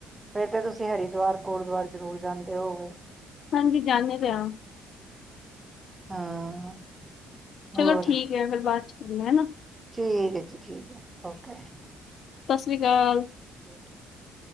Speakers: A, on the right; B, on the left.
A: ਫੇਰ ਤੇ ਤੁਸੀਂ ਹਰਿਦੁਆਰ ਗੁਰਦੁਆਰੇ ਜਰੂਰ ਜਾਂਦੇ ਹੋਗੇ।
B: ਹਾਂਜੀ ਜਾਣੇ ਤੇ ਹੈ।
A: ਹਾਂ।
B: ਚਲੋ
A: ਹੋਰ
B: ਠੀਕ ਹੈ ਫਿਰ ਬਾਅਦ ਕਰਨਾ ਹਨਾ।
A: ਠੀਕ ਹੈ ਜੀ। ਠੀਕ ਹੈ ਓਕੇ।
B: ਸਤਿ ਸ਼੍ਰੀ ਅਕਾਲ।
A: <inaudible>